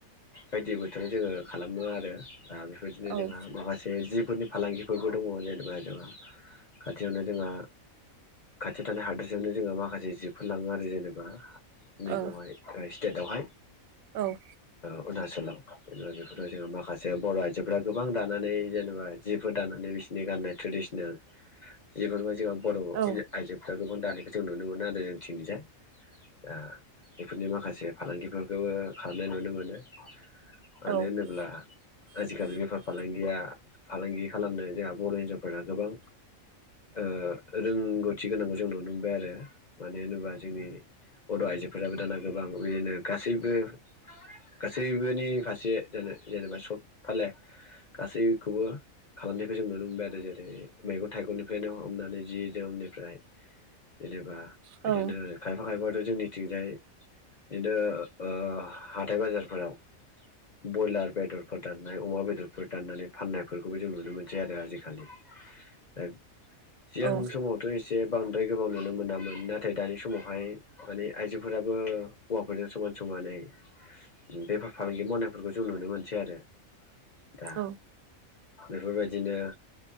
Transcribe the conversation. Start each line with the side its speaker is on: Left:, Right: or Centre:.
Left: बायदि बोथोर जोङो खालाम मो आरो दा बेफोर बायदिनो
Right: औ ओ
Left: जोंहा माखासे जिफोरनि फालांगिफोरबो दङ जेनेबा जोंहा खाथियावनो जोंहा खाथियाव थानाय हादोरसायावनो जोंहा माखासे जिफोर लाङो आरो जेनेबा। नै
Right: औ
Left: बावहाय स्टेटयाव हाय
Right: औ।
Left: अरुणाचलाव जेनेबा बेफोर जोङो माखासे बर आइजोफ्रा गोबां दानानै जेनेबा जिफोर दानानै बिसोरनि गाननाय ट्रेडिसनेल। जिफोरबाय जोम बर
Right: औ ओ औ
Left: आइजोफ्रा गोबां दानायखौ जों नुनो मोनो आरो जोंनिथिं जाय ओ बेफोरनि माखासे फालांगिफोरखौबो खालामनाय नुनो मोनो। मानो
Right: औ
Left: होनोब्ला आजिखालि बेफार फालांगिया। फालांगि खालामनो जोंहा बर हिनजावफोरा गोबां ओ रोंगौथि गोनांखौ जों नुनो मोनबाय आरो मानो होनोबा जोंनि बर आइजोफोराबो दाना गोबां बिदिनो गासैबो गासैबोनि फारसे जेन जेनेबा सब फाले गासैखौबो खालामनायखौ जों नुनो मोनबाय आरो जेरै मैगं थाइगंनिफ्रायनो हमनानै जि जोमनिफ्राय जेनेबा
Right: औ
Left: बिदिनो खायफा खायफा जोंनिथिं जाय बिदिनो ओ हाथाइ बाजारफोराव बयलार बेदरफोर दाननाय अमा बेदरफोर दाननानै फाननायफोरखौबो जों नुनो मोनसै आरो आजिखालि दा सिगां
Right: औ
Left: समावथ एसे बांद्राय गोबाव नुनो मोनामोन नाथाय दानि समावहाय माने आइजोफोराबो हौवाफोरजों समान समान माने बेफार फालांगि मावनायफोरखौ जों नुनो मोनसै आरो। दा
Right: औ
Left: बेफोर बायदिनो